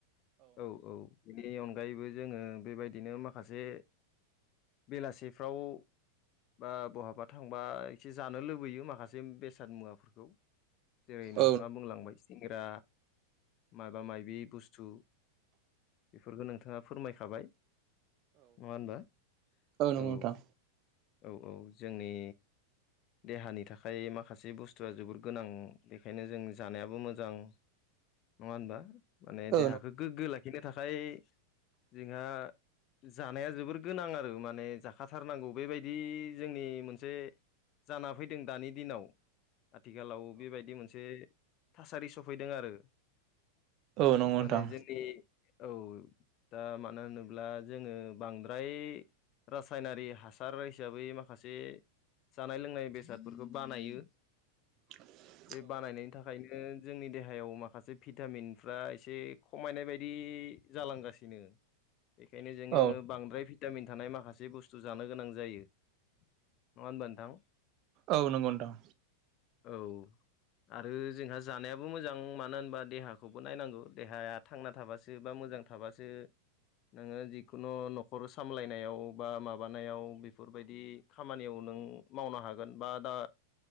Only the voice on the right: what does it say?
औ
नंगौ
नोंथां
औ
औ नंगौ नोंथां औ नंगौ नोंथां
<inaudible>
नंगौ नोंथां औ
औ नंगौ नथां